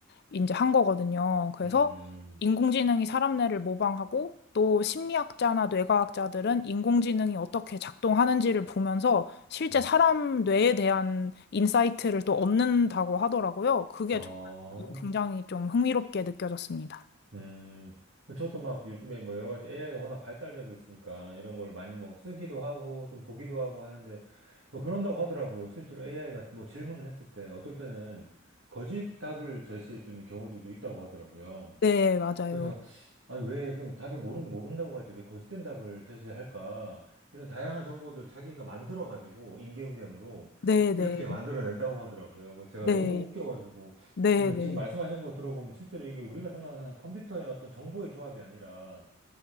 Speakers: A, on the left; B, on the right.
A: 이제 한 거거든요. 그래서
B: 음,
A: 인공지능이 사람 뇌를 모방하고 또 심리학자나 뇌과학자들은 인공지능이 어떻게 작동하는지를 보면서 실제
B: 음,
A: 사람 뇌에 대한 인사이트를 또 얻는다고 하더라고요. 그게
B: 어,
A: 굉장히 좀 흥미롭게 느껴졌습니다.
B: 음. 저도 막 요즘에 뭐 여러 가지 AI가 워낙 발달되고 있으니까 이런 걸 많이 뭐 쓰기도 하고 좀 보기도 하고 하는데 뭐 그런다고 하더라고요. 실제로 AI가 뭐 질문을 했을 때 어떨 때는 거짓 답을 제시해 주는 경우들도 있다고 하더라고요.
A: 네, 맞아요.
B: 그래서 제가 아니 왜 그럼 답을 모르면 모른다고 하지 왜 거짓된 답을 제시할까 이런 다양한 정보들을 자기가 만들어 가지고 임기응변으로
A: 네, 네,
B: 이렇게 만들어낸다고 하더라고요. 그래서 제가
A: 네,
B: 너무 웃겨가지고
A: 네,
B: 근데
A: 네.
B: 지금 말씀하신 거 들어보면 실제로 이게 우리가 생각하는 컴퓨터의 어떤 정보의 조합이 아니라